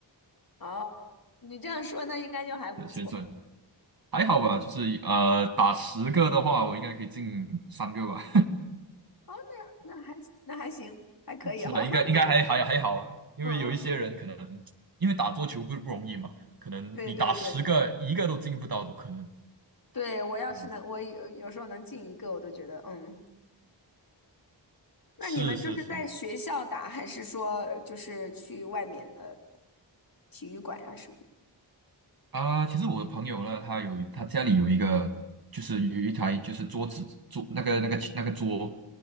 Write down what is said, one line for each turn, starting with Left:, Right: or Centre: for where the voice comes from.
Left: <laughs> 哦，你这样说，那应该就还不错。
Right: 的水准。还好吧，就是呃，打十个的话，我应该可以进三个吧。
Left: 哦，那那还那还行，还可以哈。
Right: <laughs> 是啊，应该应该还还还好啊，
Left: <laughs>
Right: 因为有一些人可能因为打桌球不不容易嘛，
Left: 嗯嗯嗯，
Right: 可能你打十个一个都进不到都可能。
Left: 对对对对，我要是能，
Right: 嗯
Left: 我有有时候能进一个，我都觉得嗯。那你们就是在学校打，
Right: 是是是
Left: 还是说就是去外面的体育馆啊什么
Right: 啊，其实我的朋友呢，他有他家里有一个，就是有一台就是桌子桌那个那个那个桌。